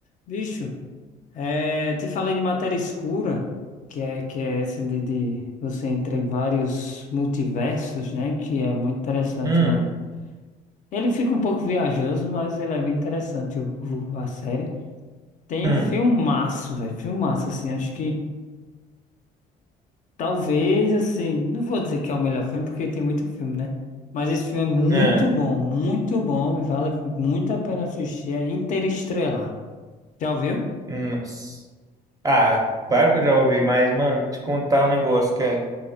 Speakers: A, on the left (about 50°); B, on the right (about 20°).
A: Bicho, é, te falei de matéria escura, que é, que é essa de, de você entrar em vários multiversos, né? Que é muito interessante.
B: Hum,
A: o- Ele fica um pouco viajoso, mas ele é bem interessante, o, o- a série. Tem
B: hum,
A: um filmaço, velho. Filmaço, assim. Acho que talvez, assim. Não vou dizer que é o melhor filme, porque tem muito filme, né? Mas esse filme é muito
B: é,
A: bom, muito bom. e Vale muito a pena assistir. É Interestrelar. Já ouviu?
B: nossa. Ah, claro que eu já ouvi, mas, mano, te contar um negócio, cara.